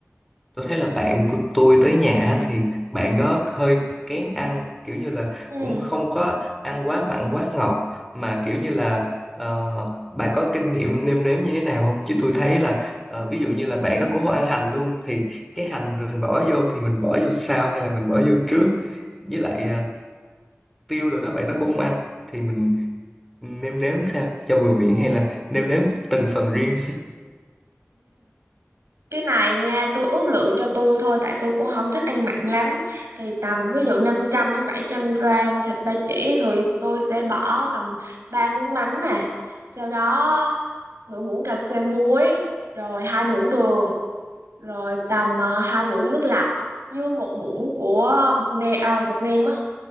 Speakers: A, in the centre; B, on the right (about 75°).
A: Tôi thấy là bạn của tôi tới nhà á, thì bạn đó hơi kén ăn kiểu như là
B: ừ,
A: cũng không có ăn quá mặn quá ngọt mà kiểu như là ờ, bà có kinh nghiệm nêm nếm như thế nào không? Chứ tôi thấy là ờ, ví dụ như là bạn đó cũng không ăn hành luôn thì cái hành mình bỏ vô thì mình bỏ vô sau hay là mình bỏ vô trước với lại ờ, tiêu rồi đó bạn đó cũng không ăn thì mình nêm nếm sao cho vừa miệng
B: ừ.
A: hay là nêm nếm từng phần riêng
B: cái này nha tôi ước lượng cho tôi thôi tại tôi cũng không thích ăn mặn lắm thì tầm ví dụ 500 đến 700 gram thịt ba chỉ thì tôi sẽ bỏ tầm 3 muỗng mắm nè sau đó nửa muỗng cà phê muối rồi hai muỗng đường rồi tầm uh, hai muỗng nước lọc với một muỗng của bột nêm à, bột nêm á